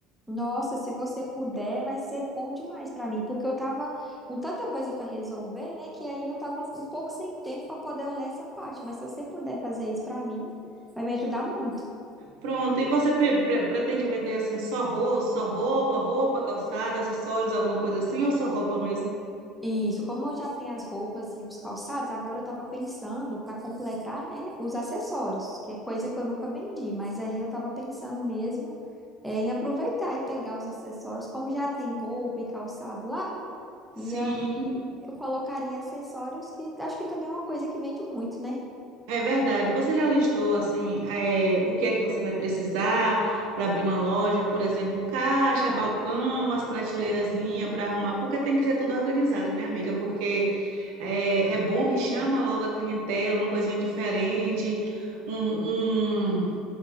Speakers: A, in the centre; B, on the right.
A: Nossa, se você puder, vai ser bom demais para mim, porque eu tava com tanta coisa para resolver, né? Que aí eu tava um pouco sem tempo para poder olhar essa parte. Mas se você puder fazer isso para mim, vai me ajudar muito.
B: Pronto, e você pre- pre- pretende vender assim só roupa, só roupa, roupa, calçada, acessórios, alguma coisa assim, ou só roupa mesmo?
A: Isso, como eu já tenho as roupas e os calçados, agora eu estava pensando para completar, né, os acessórios, que é coisa que eu nunca vendi, mas aí eu estava pensando mesmo é, em aproveitar e pegar os acessórios, como já tem roupa e calçado lá,
B: Sim,
A: e aí eu colocaria acessórios que acho que também é uma coisa que vende muito, né?
B: é verdade. Você já listou assim, é, o que é que você vai precisar para abrir uma loja, por exemplo, caixa, balcão, as prateleirazinhas para arrumar, porque tem que ser tudo organizado, né, amiga? Porque é, é bom que chama logo a clientela, uma coisinha diferente, um, um-